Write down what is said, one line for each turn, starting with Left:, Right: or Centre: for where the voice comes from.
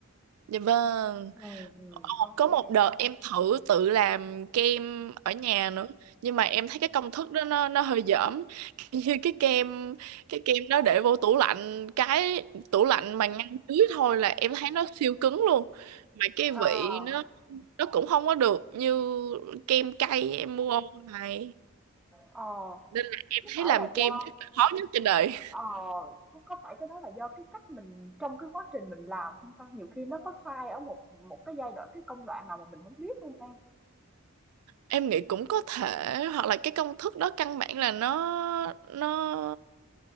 Right: dạ vâng
Centre: Ừm, ừm,
Right: Ồ,
Centre: ô
Right: có
Centre: kê.
Right: một đợt em thử tự làm kem ở nhà nữa nhưng mà em thấy cái công thức đó nó nó hơi dởm Kiểu như cái kem cái kem đó để vô tủ lạnh cái tủ lạnh mà ngăn dưới thôi là em thấy nó siêu cứng luôn mà cái vị
Centre: Ờ,
Right: nó nó cũng không có được như kem cay em mua online
Centre: ờ,
Right: nên là em
Centre: có phải
Right: thấy làm
Centre: là
Right: kem
Centre: do
Right: chắc là khó nhất trên đời
Centre: Ờ, có có phải cái đó là do cái cách mình trong cái quá trình mình làm không ta? Nhiều khi nó có sai ở một một cái giai đoạn cái công đoạn nào mà mình không biết không An?
Right: em nghĩ cũng có thể hoặc là cái công thức đó căn bản là nó nó